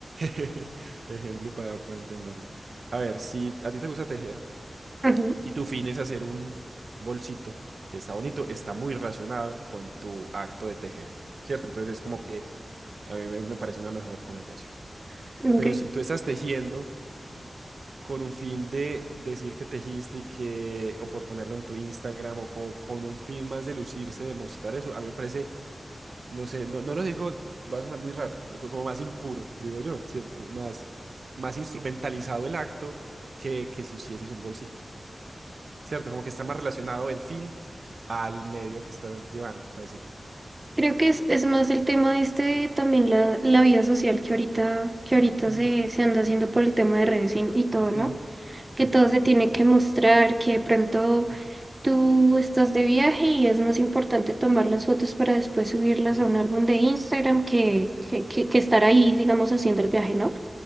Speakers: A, on the right (about 75°); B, on the right (about 30°).
A: <laughs> Ejemplo para, para entenderlo. A ver, si a ti te gusta tejer
B: Ujú,
A: y tu fin es hacer un bolsito que está bonito, está muy relacionado con tu acto de tejer, ¿cierto? Entonces es como que A mí me, me parece una mejor connotación.
B: ujú,
A: Pero
B: ok.
A: si tú estás tejiendo con un fin de decir que tejiste y que, o por ponerlo en tu Instagram, o co- con, un fin más de lucirse, de mostrar eso, a mí me parece, no sé, no, no lo digo, va a sonar muy raro, pero como más impuro, digo yo, ¿cierto? Más, más instrumentalizado el acto que, que si hicieses un bolsito, ¿cierto? Como que está más relacionado el fin al medio que estás llevando para ese fin.
B: Creo que es, es más el tema este, de también la, la vida social que ahorita, que ahorita
A: Ujú,
B: se, se anda haciendo por el tema de redes y, y todo, ¿no?
A: Ujú, Sí.
B: Que todo se tiene que mostrar, que de pronto
A: ujú,
B: Tú estás de viaje y es más importante tomar las fotos para después subirlas
A: Ujú,
B: a un álbum de Instagram que, que, que- que estar ahí, digamos, haciendo
A: Sí,
B: el viaje, ¿no?